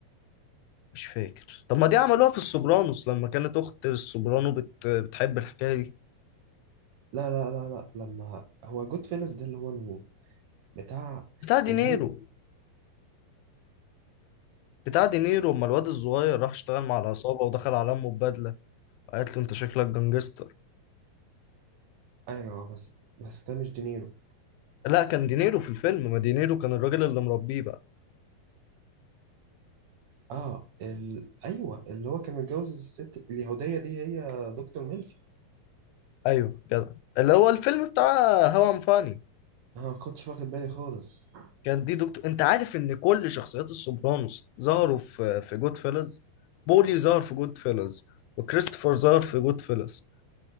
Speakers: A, on the left; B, on the right.
A: مش فاكر طب ما دي عملوها في السوبرانوس لما كانت اخت السوبرانو بت... بتحب الحكايه دي
B: لا لا لا لا لما هو جود فيلز ده اللي هو الو بتاع
A: بتاع دينيرو
B: اللي هي
A: بتاع دينيرو اما الواد الصغير راح اشتغل مع العصابه ودخل على امه ببدله قالت له انت شكلك جانجستر
B: ايوه بس بس ده مش دينيرو
A: لا كان دينيرو في الفيلم ما دينيرو كان الراجل اللي مربيه بقى
B: اه ال... ايوه اللي هو كان متجوز الست اليهودية دي هي دكتور ميلفي
A: ايوه كده اللي هو الفيلم بتاع هوا ام فاني
B: انا ما كنتش واخد بالي خالص
A: كان دي دكتور انت عارف ان كل شخصيات السوبرانوس ظهروا في في جود فيلز بولي ظهر في جود فيلز وكريستوفر ظهر في جود فيلز